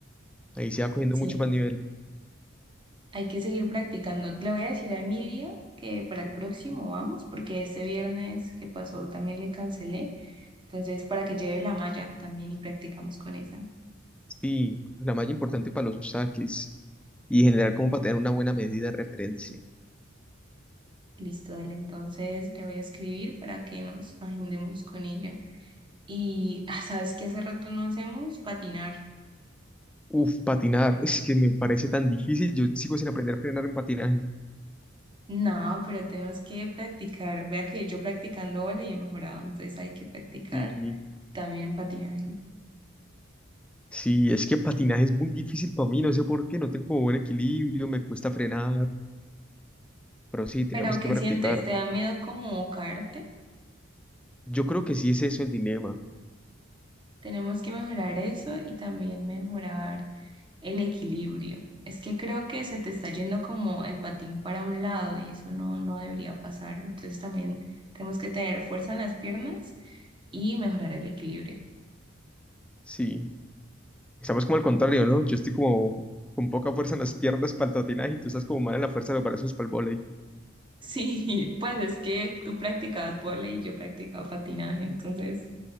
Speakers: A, in the centre; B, on the right.
A: Ahí se va cogiendo
B: Sí,
A: mucho más nivel.
B: Hay que seguir practicando. Le voy a decir a Emilia que para el próximo vamos, porque este viernes que pasó también le cancelé. Entonces, para que lleve la malla también y practicamos con esa.
A: Sí, la malla importante para los saques y generar como para tener una buena medida de referencia.
B: Listo, dale. Entonces, le voy a escribir para que nos agendemos con ella. Y, ah, ¿sabes qué hace rato no hacemos? Patinar.
A: Uf, patinar, es que me parece tan difícil. Yo sigo sin aprender a frenar en patinaje.
B: No, pero tenemos que practicar. Vea que yo practicando vole y he mejorado, entonces hay que practicar
A: Sí,
B: también en patinaje.
A: sí, es que patinaje es muy difícil para mí, no sé por qué, no tengo como buen equilibrio, me cuesta frenar, pero sí, tenemos
B: ¿Pero qué
A: que practicar.
B: sientes? ¿Te da miedo como caerte?
A: Yo creo que sí es eso el dilema.
B: Tenemos que mejorar eso y también mejorar el equilibrio. Es que creo que se te está yendo como el patín para un lado y eso no, no debería pasar. Entonces también tenemos que tener fuerza en las piernas y mejorar el equilibrio.
A: Sí, estamos como al contrario, ¿no? Yo estoy como con poca fuerza en las piernas para el patinaje y tú estás como mal en la fuerza de los brazos para el vóley.
B: Sí, <laughs> pues es que tú practicabas vóley y yo practicaba patinaje, entonces